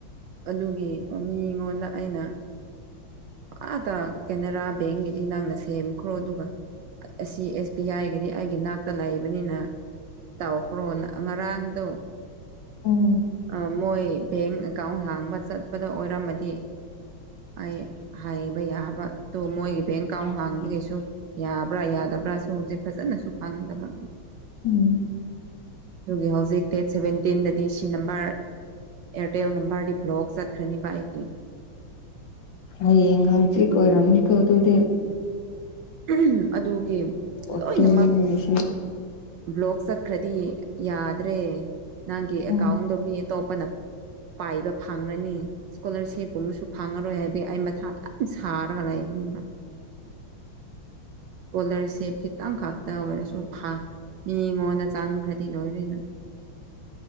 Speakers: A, on the right; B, on the left.
A: ꯑꯗꯨꯒꯤ ꯃꯤꯉꯣꯟꯗ ꯑꯩꯅ ꯑꯥꯗ ꯀꯦꯅꯔꯥ ꯕꯦꯡꯒꯤꯗꯤ ꯅꯪꯅ ꯁꯦꯝꯈ꯭ꯔꯣ ꯑꯗꯨꯒ ꯑꯁꯤ ꯑꯦꯁ ꯕꯤ ꯑꯥꯏ ꯒꯤꯗꯤ ꯑꯩꯒꯤ ꯅꯥꯛꯇ ꯂꯩꯕꯅꯤꯅ ꯇꯧꯈ꯭ꯔꯣꯅ ꯉꯔꯥꯡꯗꯣ
B: ꯎꯝ
A: ꯑꯥ ꯃꯣꯏ ꯕꯦꯡ ꯑꯦꯀꯥꯎꯟ ꯍꯥꯡꯕ ꯆꯠꯄꯗ ꯑꯣꯏꯔꯝꯃꯗꯤ ꯑꯩ ꯍꯥꯏꯕ ꯌꯥꯕ ꯑꯗꯣ ꯃꯣꯏꯒꯤ ꯕꯦꯡ ꯑꯦꯀꯥꯎꯟ ꯍꯥꯡꯕꯒꯤꯁꯨ ꯌꯥꯕ꯭ꯔ ꯌꯥꯗꯕ꯭ꯔ ꯑꯩꯁꯦ ꯐꯖꯅꯁꯨ ꯈꯪꯗꯕ
B: ꯎꯝ
A: ꯑꯗꯨꯒꯤ ꯍꯧꯖꯤꯛ ꯗꯦꯠ ꯁꯚꯦꯟꯇꯤꯟꯗꯗꯤ ꯁꯤ ꯅꯝꯕꯔ ꯑꯦꯌꯥꯔꯇꯦꯜ ꯅꯝꯕꯔꯗꯤ ꯕ꯭ꯂꯣꯛ ꯆꯠꯈ꯭ꯔꯅꯤꯕ ꯑꯩꯒꯤ
B: ꯍꯌꯦꯡ ꯍꯪꯁꯤꯠ ꯑꯣꯏꯔꯝꯅꯤ ꯀꯣ ꯑꯗꯨꯗꯤ
A: ꯎꯝ ꯑꯗꯨꯒꯤ
B: ꯐꯣꯔꯇꯤꯟꯅꯦ
A: ꯂꯣꯏꯅꯃꯛ
B: ꯉꯁꯤ
A: ꯕ꯭ꯂꯣꯛ ꯆꯠꯈ꯭ꯔꯗꯤ ꯌꯥꯗ꯭ꯔꯦ ꯅꯪꯒꯤ ꯑꯦꯀꯥꯎꯟꯗꯣ
B: ꯎꯝ
A: ꯃꯤ ꯑꯇꯣꯞꯄꯅ ꯄꯥꯏꯕ ꯐꯪꯒꯅꯤ ꯏꯁꯀꯣꯂꯔꯁꯤꯞꯀꯨꯝꯕꯁꯨ ꯐꯪꯉꯔꯣꯏ ꯍꯥꯏꯕꯒꯤ ꯑꯩ ꯃꯊꯥ ꯌꯥꯝ ꯁꯥꯔꯒ ꯂꯩꯕꯅꯦꯕ ꯏꯁꯀꯣꯂꯔꯁꯤꯞ ꯈꯤꯇꯪ ꯈꯛꯇ ꯑꯣꯏꯔꯁꯨ ꯃꯤꯉꯣꯟꯗ ꯆꯪꯈ꯭ꯔꯗꯤ ꯂꯣꯏꯔꯦꯅ